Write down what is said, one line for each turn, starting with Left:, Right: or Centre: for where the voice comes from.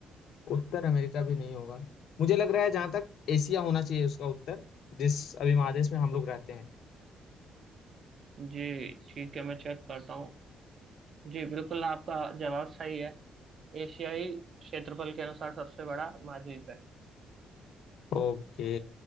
Left: उत्तर अमेरिका भी नहीं होगा मुझे लग रहा है जहां तक एशिया होना चाहिए उसका उत्तर जिस अभी महादेश में हम लोग रहते हैं
Right: जी ठीक है मैं चेक करता हूँ जी बिल्कुल आपका जवाब सही है एशियाई क्षेत्रफल के अनुसार सबसे बड़ा महाद्वीप है
Left: ओके